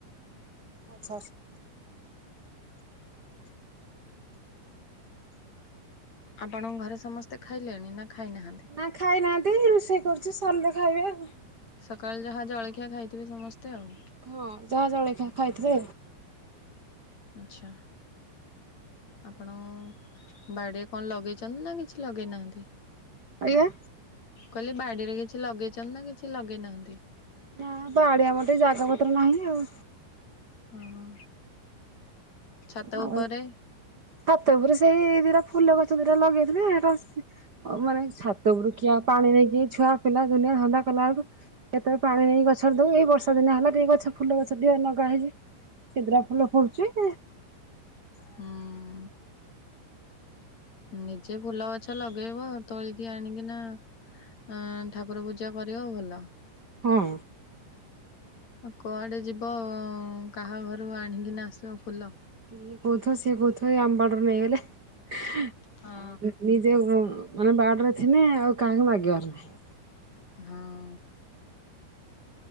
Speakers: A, on the right; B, on the left.
A: ଆଚ୍ଛା।
B: ଆପଣଙ୍କ ଘରେ ସମସ୍ତେ ଖାଇଲେଣି ନା ଖାଇନାହାନ୍ତି।
A: ନା ଖାଇନାହାନ୍ତି ରୁଷେଇ କରୁଛି ସରିଲେ ଖାଇବେ ଆଉ।
B: ସକାଳେ ଯାହା ଜଳଖିଆ ଖାଇଥିବେ ସମସ୍ତେ ଆଉ।
A: ହଁ ଚାହା ଜଳିଖିଆ ଖାଇଥିଲେ।
B: ଆଚ୍ଛା। ଆପଣ ବାଡିରେ କଣ ଲଗେଇଛନ୍ତି ନା କିଛି ଲଗେଇନାହାନ୍ତି।
A: ଆଜ୍ଞା।
B: କହିଲି ବାଡିରେ କିଛି ଲଗେଇଛନ୍ତି ନା କିଛି ଲଗେଇନାହାନ୍ତି।
A: ନା ବାଡିଆ ମୋଟେ ଜାଗା ପତ୍ର ନାହିଁ ଆଉ।
B: ହଁ ଛାତ
A: ଆଉ
B: ଉପରେ।
A: ଛାତ ଉପରେ ସେଇ ଦିଟା ଫୁଲ ଗଛ ଦିଟା ଲଗେଇଥିଲି ହେଟୁ ସ୍ ଅ ମାନେ ଛାତ ଉପରୁ ଖ୍ୟା ପାଣି ଦେଇକି ଛୁଆ ପିଲା ଦୁନିଆ ଧନ୍ଦା କଲା ବେଳୁକୁ କେତେବେଳେ ପାଣି ନେଇ ଗଛରେ ଦଉଏଇ ବର୍ଷା ଦିନା ହେଲା ଟିକେ ଗଛ ଫୁଲ ଗଛ ଟିକେ ନଗା ହେଇଛିି। ସେଦ୍ରା ଫୁଲ ଫୁଟୁଚି।
B: ହୁଁ। ନିଜେ ଫୁଲ ଗଛ ଲଗେଇବ ତୋଳିକି ଆଣିକିନା ଅଁ ଠାକୁର ପୂଜା କରିବ ଭଲ।
A: ହଁ।
B: କୁଆଡେ ଯିବ କାହା ଘରୁ ଆଣିକିନା ଆସିବ ଫୁଲ।
A: ଇଏ କହୁଥିବ ସିଏ କହୁଥିବ ଇଏ ଆମ ବାଡିରୁ ନେଇଗଲେ ଆଉ
B: ହଁ
A: ନି ନିଯେ ଉ ମାନେ ବାଡ଼ିରେ ଥିନେ ଆଉ କାହାକୁ ମାଗିବାର ନାହିଁ।
B: ହଁ।